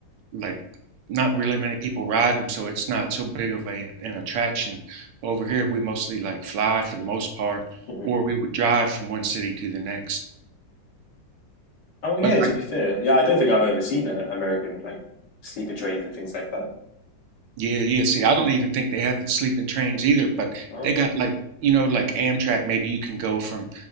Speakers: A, on the right; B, on the left.
A: like not really many people ride them, so it's not so big of a an attraction. Over here, we mostly like fly for the most part,
B: hmm
A: or we would drive from one city to the next.
B: Oh yeah.
A: But
B: To be fair, yeah, I don't think I've ever seen a American like sleeper trains and things like that.
A: Yeah, yeah. See, I don't even think they have the sleeping trains either, but
B: Oh.
A: they got like, you know, like Amtrak, maybe you can go from